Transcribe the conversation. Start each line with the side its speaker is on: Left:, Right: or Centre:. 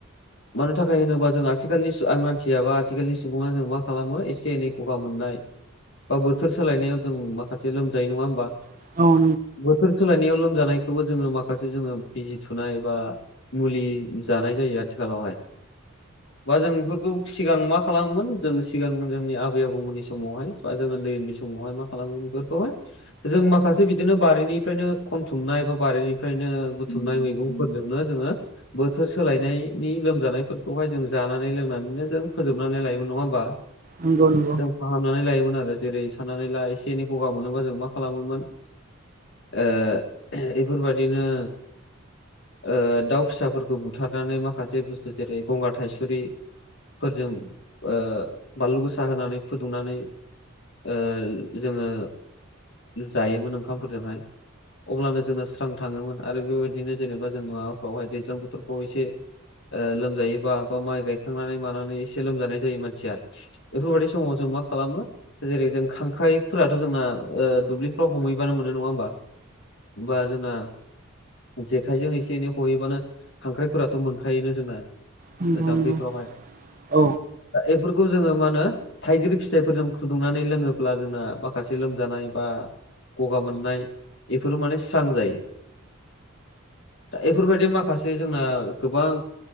Left: मानि थाखाय होनोबा जों आथिखालनि मानसिय बा आथिखालनि सुबुङा जेनबा खालामो एसे एनै गगा मोननाय बा बोथोर सोलायनायाव जों माखासे लोमजायो नङा होमबा
Right: औ नंगौ
Left: बोथोर सोलायनायाव लोमजानायखौबो जोङो माखासे जोङो बिजि थुनाय बा मुलि जानाय जायो आथिखालावहाय। बा जों बेफोरखौ सिगां मा खालामोमोन जों सिगां जोंनि आबै आबौमोननि समावहाय बा जों उन्दै उन्दै समावहाय मा खालामो बेफोरखौहाय जों माखासे बिदिनो बारिनिफ्रायनो खनथुमनाय बा बारिनिफ्रायनो बुथुमनाय मैगं फोरजोंनो जोङो बोथोर सोलायनायनि लोमजानायफोरखौहाय जों जानानै लोंनानैनो जों फोजोबनानै लायोमोन नङा होमबा?
Right: नंगौ-नंगौ।
Left: जों फाहामनानै लायोमोन आरो जेरै साननानै ला एसे एनै गगा मोनोबा जों मा खालामोमोन? ओ बेफोरबायादिनो ओ दाउ फिसाफोरखौ बुथारनानै माखासे बुस्थु जेरै गंगार थायसुरि फोरजों ओ बानलु गोसा होनानै फुदुंनानै ओ जोङो जायोमोन ओंखामफोरजोंहाय। अब्लानो जोंना स्रां थाङोमोन आरो बेबायदिनो जेनेबा जों माबाफ्रावहाय दैज्लां बोथोरफ्राव एसे लोमजायोबा बा माइ गायखांनानै मानानै एसे लोमजानाय जायो मानसिया बेफोरबायदि समाव जों मा खालामो जेरै जों खांख्राइ फोराथ' जोंना दुब्लिफ्राव हमहैबानो मोनो नङा होमबा? होमबा जोंना जेखाइजों एसे एनै हहैब्लानो खांख्राइफोराथ' मोनखायोना जोंना
Right: नंगौ
Left: जाम्फैफोरावहाय
Right: नंगौ औ
Left: एफोरखौ जोङो मा होनो थाइगिर फिथाइफोरजों फुदुंनानै लोङोब्ला जोंना माखासे लोमजानाय बा गगा मोननाय बेफोरो माने स्रां जायो। दा एफोरबायदि माखासे जोंना गोबां